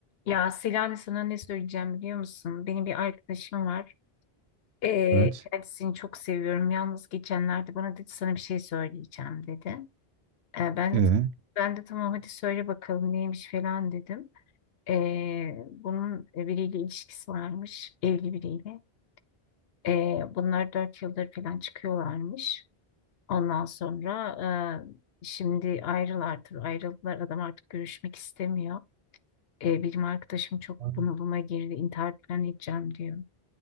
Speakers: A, on the left; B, on the right.
A: Ya Selami sana ne söyleyeceğim biliyor musun? Benim bir arkadaşım var. Ee,
B: Evet.
A: kendisini çok seviyorum. Yalnız geçenlerde bana dedi sana bir şey söyleyeceğim dedi. Ee, ben
B: Ee,
A: de ben de tamam hadi söyle bakalım neymiş falan dedim. Ee, bunun biriyle ilişkisi varmış. Evli biriyle. Ee, bunlar dört yıldır falan çıkıyorlarmış. Ondan sonra e, şimdi ayrılardır. Ayrıldılar. Adam artık görüşmek istemiyor. E, benim arkadaşım çok
B: Aynen.
A: bunalıma girdi, intihar falan edeceğim diyor.